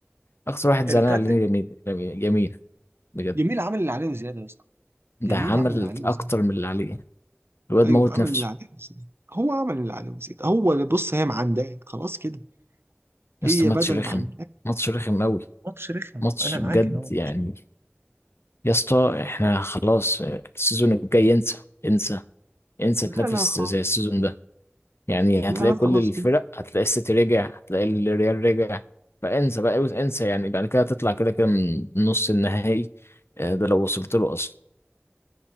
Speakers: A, on the left; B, on the right.
A: اكتر واحد
B: ارتد
A: زعلان عليه يمين يمين بجد
B: جميل عمل اللي عليه وزياده يا اسطى
A: ده
B: جميل
A: عمل
B: عمل اللي عليه وزياده
A: اكتر من اللي عليه الواد
B: ايوه
A: موت
B: عمل
A: نفسه
B: اللي عليه وزياده هو عمل اللي عليه وزياده هو اللي بص هي معنداك خلاص كده هي
A: يا اسطى ماتش
B: بدل
A: رخم
B: ما عندك
A: ماتش رخم قوي
B: ماتش رخم
A: ماتش
B: انا
A: بجد
B: معاك ان هو ماتش
A: يعني يا اسطى احنا خلاص آه، السيزون الجاي انسى انسى انسى
B: لا
A: تنافس
B: لا خلاص
A: زي السيزون ده يعني
B: لا
A: هتلاقي
B: لا
A: كل
B: خلاص
A: الفرق هتلاقي السيتي رجع هتلاقي الريال رجع فانسى بقى انسى يعني بعد كده هتطلع كده كده من نص النهائي آه، ده لو وصلت له اصلا